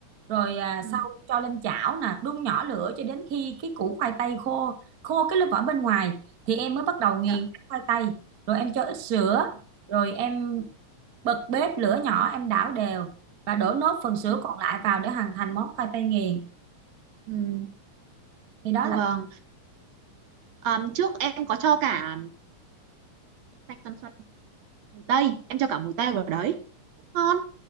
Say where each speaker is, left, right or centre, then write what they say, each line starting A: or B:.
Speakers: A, on the right; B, on the right.
A: rồi à,
B: Ừ,
A: sau cho lên chảo nè đun nhỏ lửa cho đến khi cái củ khoai tây khô khô cái lớp vỏ bên ngoài thì em mới bắt đầu nghiền
B: dạ.
A: cái khoai tây rồi em cho ít sữa
B: Ờ,
A: rồi em bật bếp lửa nhỏ em đảo đều và đổ nốt phần sữa
B: Ừ,
A: còn lại vào để hoàn thành món khoai tây nghiền
B: ừ,
A: thì đó
B: dạ vâng. Ờ, trước em có cho cả xanh xanh xoăn tây em cho cả mùi tây vào đấy cũng ngon